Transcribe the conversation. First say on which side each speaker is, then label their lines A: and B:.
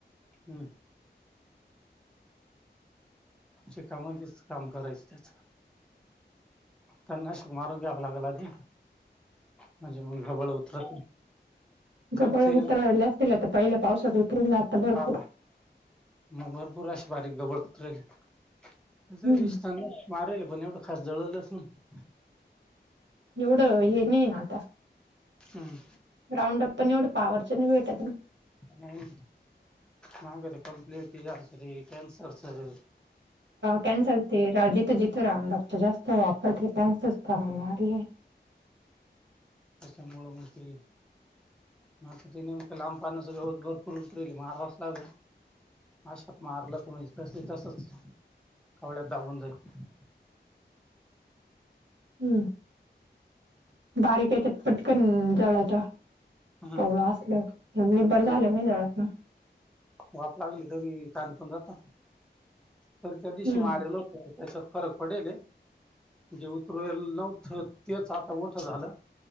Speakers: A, in the centre; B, on the right.
A: हम्म. चिकामध्येच काम करायचं त्याच. तणनाशक मारून घ्यावं लागल आधी म्हणजे मग घबळ उतरत नाही.
B: घबळ
A: तर ते
B: उतरयले असतील आता पहिल्या पावसात उतरून जात. भरपूर
A: हा. मग भरपूर अशी बारीक गवत उतरली. अस
B: हम्म
A: दिसतना मारेल, पण एवढं खास जळलच नाही.
B: एवढं येन, येन आताऽ
A: हम्,
B: राऊंड अप पण एवढं पावरच्या नाही भेटत ना,.
A: नाही हगर कंपलटसर कॅनसर सर
B: कॅनसर ते जिथं जिथं राह लागत जास्त वापरते कनसरच प्रमाण वाढले
A: अा मुळ मु ते म नेमकं लांबपना सग होत भरपूर उतरली मारावंच लाग अशात मारलं तुम तस तसच कवळ्यात दाबून जाई
B: हम्म. बारीकेच्या पटकन जळाचा
A: हम्म
B: कवळ असलं, निभर
A: थोडी
B: झाल नाही जवळात
A: वाफ लागली तरी कानकोण जात, तरी त्या दिवशी
B: हम्म
A: मारलो. त्याच्यात असं फरक पडली. जे उतरल नव्हतं, तेच आता मोठं झालं.